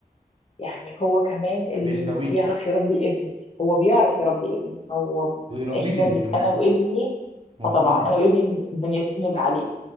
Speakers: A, on the left; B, on the right.
A: يعني هو كمان اللي
B: بيحتويكي
A: بيعرف يربي ابني هو بيعرف يربي ابني هو
B: ويربيك
A: احنا
B: انت
A: اللي
B: كمان
A: انا وابني
B: المفروض
A: فطبعا
B: يعني
A: انا وابني بنستند عليه